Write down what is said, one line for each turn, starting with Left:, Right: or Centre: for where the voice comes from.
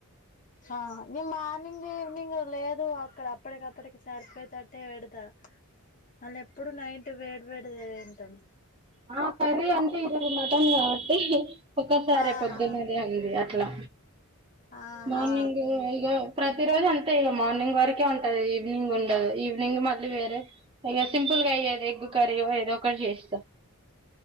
Left: ఆ నిమ్ మార్నింగ్ ఈవినింగ్ లేదు అక్కడ అప్పటికప్పటికి సరిపోయితేట్టే పెడతా వాళ్ళ ఎప్పుడు నైట్ వేడి వేడిదింటం
Right: ఆ కర్రీ అంటే ఈరోజు మటన్ కబాటి ఒక్కసారే
Left: ఆహా
Right: పగ్గనద ఆగి పట్లా
Left: ఆహా
Right: మార్నింగ్ ఇ ప్రతి రోజ ఎంత అ ఇ మార్నింగ్ వరకే ఉంటది ఈవినింగ్ ఉండదు ఈవినింగ్ మళ్ళీ వేరే ఇక సింపుల్ గా అయోది ఎగ్గు కర్రీ ఏదో ఒకటి చేస్తాం